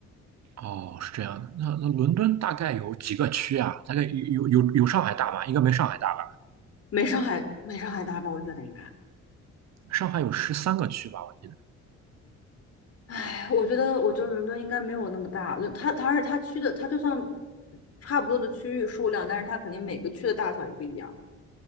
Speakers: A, on the right; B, on the left.
A: 哦，是这样的。那那伦敦大概有几个区啊？大概有有有有上海大吧？应该没上海大吧？
B: 没上海没上海大吧？我觉得应该。
A: 上海有十三个区吧，我记得。
B: 哎，我觉得，我觉得伦敦应该没有那么大。伦它它是它区的，它就算差不多的区域数量，但是它肯定每个区的大小也不一样。